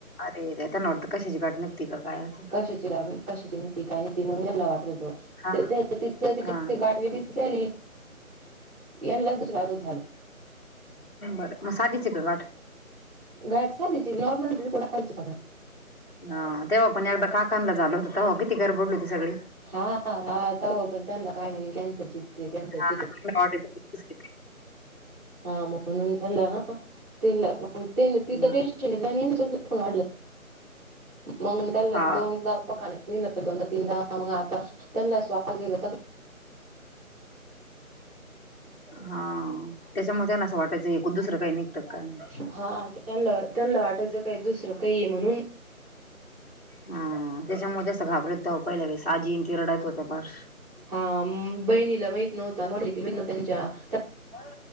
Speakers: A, on the left; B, on the right.
A: अरे त्यांना वाटतं का कशाची गाठ निघते की, काय असा.
B: कशाची कशाची होती काय नी म्हणून त्यांना वाटत होत
A: हा
B: त ते न तिच तिची
A: हा
B: गाठ वेगळीच. चालील याला दुसरा अजार झालो.
A: बरं म साधी चि हाय का गाठ.
B: गाठसाधीची नॉर्मल रिपोर्टाची अल्ताबाई.
A: हा, तेव्हा पण एकदा काकनला झाल होत तवा किती गर बडली होती सगळी.
B: हा हा, तवा पण त्या काय म्हणे कॅन्सरची कॅन्सर.
A: हा <inaudible> तिकङे
B: हा, म्हणून त्यांना ना तिला बघून तिथं बी तिचं
A: हम्म.
B: टेन्शन. च दूख पन वाढलं मग त्याला
A: हा
B: दोन दा दवाखान्यात नेलं. दोनदा तीनदा मग आता त्यांना श्वास घेला तर.
A: हा, त्याच्या मग असं वाटायचं एक दुसरं काही निघत का नाही.
B: हा, त्यांला त्यांला वाटायचं काय दुसरं आहे म्हणून.
A: हा, त्याच्यामुळे जास्त घाबरत त्या पहिल्या आजीन त रडत होत्या फार.
B: हा, बहिणीला माहित नव्हता न नव्ह त्यांच्या त्या.
A: होय.